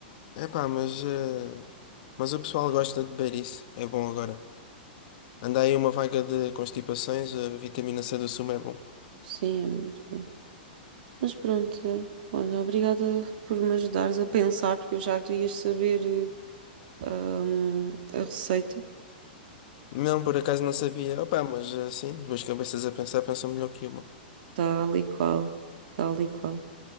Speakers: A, on the left; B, on the right.
A: Epá, mas, eh, mas o pessoal gosta de beber isso. É bom agora. Anda aí uma vaga de constipações, a vitamina C do sumo é bom.
B: Sim, é muito bom. Mas pronto, é. Olha, obrigada por me ajudares a pensar, porque eu já que tu ias saber eh, hum, a receita.
A: Não, por acaso não sabia. Opá, mas assim, duas cabeças a pensar pensam melhor que uma.
B: Tal e qual, tal e qual.